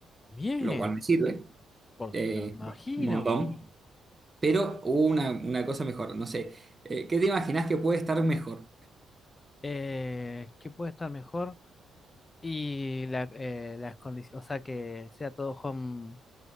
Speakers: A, on the left; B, on the right.
A: Bien,
B: lo cual me sirve
A: por,
B: eh,
A: pero me imagino.
B: un montón. Pero hubo una, una cosa mejor, no sé. eh, ¿qué te imaginas que puede estar mejor?
A: Eh, ¿qué puede estar mejor? Y la, eh, las condiciones, o sea, que sea todo home,